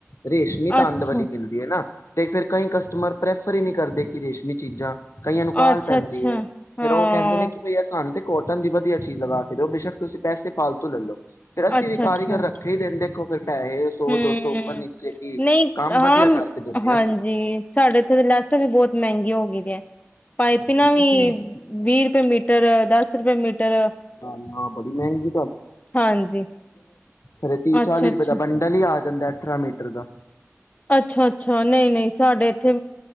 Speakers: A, on the left; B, on the left.
A: ਰੇਸ਼ਮੀ ਤਾਂਦ
B: ਅੱਛਾ
A: ਵਾਲੀ ਮਿਲਦੀ ਏ ਨਾ। ਤੇ ਫਿਰ ਕਈ ਕਸਟਮਰ ਪ੍ਰੈਫਰ ਹੀ ਨਹੀਂ ਕਰਦੇ, ਕਿ ਰੇਸ਼ਮੀ ਚੀਜ਼ਾਂ। ਕਈਆਂ ਨੂੰ ਘਾਲ
B: ਅੱਛਾ
A: ਪੈਂਦੀ
B: ਅੱਛਾ
A: ਹੈ, ਫਿਰ
B: ਹਾਂ
A: ਉਹ ਕਹਿੰਦੇ ਨੇ ਕਿ ਬਈ ਆਸਨ ਤੇ ਕੋਟਨ ਦੀ ਵਧੀਆ ਚੀਜ਼ ਲਗਾ ਕੇ ਦਿਓ, ਬੇਸ਼ੱਕ ਤੁਸੀਂ ਪੈਸੇ ਫਾਲਤੂ ਲੈ ਲੋ। ਫਿਰ ਅਸੀਂ
B: ਅੱਛਾ
A: ਵੀ ਕਾਰੀਗਰ
B: ਅੱਛਾ
A: ਰੱਖੇ ਹੀ ਦਿੰ ਦੇਖੋ ਫਿਰ ਪੈਸੇ ਸੋ
B: ਹਮ
A: ਦੋ ਸੌ ਉੱਪਰ ਨੀਚੇ- ਕੀ
B: ਨਹੀਂ
A: ਕੰਮ
B: ਹਾਂ
A: ਵਧੀਆ ਕਰਕੇ ਦਿੰਦੇ
B: ਹਾਂਜੀ
A: ਹਾਂ ਅਸੀਂ
B: ਸਾਡੇ ਇੱਥੇ ਲੈਸ ਵੀ ਬਹੁਤ ਮਹਿੰਗੀ- ਹੋਦੇ ਹੋ ਗਈ ਤੇ ਹੋਗੀ <inaudible> ਪਾਈਪਿੰਨਾਂ
A: ਅੱਛਾ ਤੁਸੀਂ
B: ਵੀ ਵੀਹ ਰੁਪਏ ਮੀਟਰ ਦਸ ਰੁਪਏ ਮੀਟਰ,
A: ਨਾ ਨਾ ਬੜੀ ਮਹਿੰਗੀ
B: ਹਾਂਜੀ।
A: ਅਰੇ ਤੀ
B: ਅੱਛਾ
A: ਚਾਲੀ ਰੁਪਏ
B: ਅੱਛਾ
A: ਦਾ ਬੰਡਲ ਹੀ ਆ ਜਾਂਦਾ ਅਠਾਰਾਂ ਮੀਟਰ ਦਾ <inaudible>
B: ਅੱਛਾ-ਅੱਛਾ ਨਹੀਂ-ਨਹੀਂ ਸਾਡੇ ਇੱਥੇ